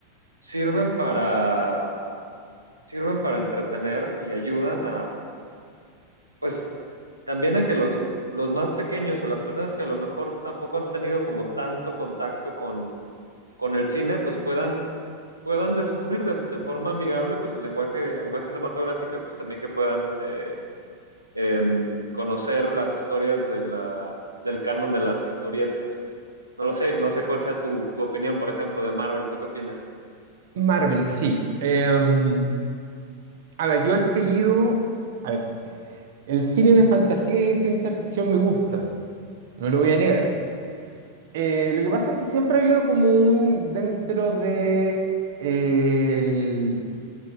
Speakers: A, on the right; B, on the right.
A: sirven para, sirven para entretener y ayudan pues también a que los, los más pequeños o las personas que a lo mejor tampoco han tenido como tanto contacto con, con el cine, pues puedan, puedan descubrir de, de forma amigable pues el lenguaje, el lenguaje cinematográfico y pues también que puedan eh, eh, conocer las historias de la, del canon de las historietas. No lo sé, no sé cuál sea tu, tu opinión, por ejemplo, de Marvel. ¿Tú qué opinas?
B: Marvel, sí. Eh, a ver, yo he seguido... A ver, el cine de fantasía y de ciencia ficción me gusta, no lo voy
A: Ujú,
B: a negar. Eh, lo que pasa es que siempre ha habido como un dentro de eh, el-